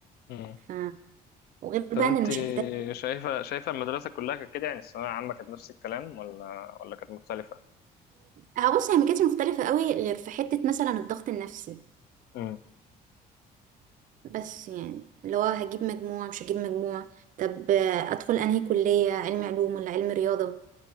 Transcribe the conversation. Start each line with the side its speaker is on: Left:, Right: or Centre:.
Left: امم
Right: ف... وغير بقى
Left: طب انت
Right: ان المشتتات
Left: شايفه شايفه المدرسه كلها كانت كده يعني الثانويه العامه كانت نفس الكلام ولا ولا كانت مختلفه
Right: هبص هي ما كانتش مختلفة قوي غير في حتة مثلا الضغط النفسي
Left: امم
Right: بس يعني اللي هو هجيب مجموع مش هجيب مجموع طب آه، ادخل انهي كلية علم علوم ولا علم رياضة